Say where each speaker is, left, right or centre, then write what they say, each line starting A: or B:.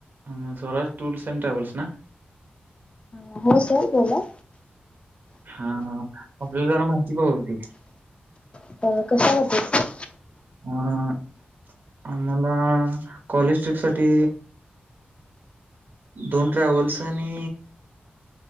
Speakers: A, on the right; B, on the left.
A: A, Swaraj tours and travels ना.
B: ह हो सर बोला.
A: हा आपल्या जरा माहिती हवी होती.
B: अ कशा बद्दल सर.
A: अ आम्हाला कॉलेज ट्रिप साठी दोन ट्रॅव्हल्स आणि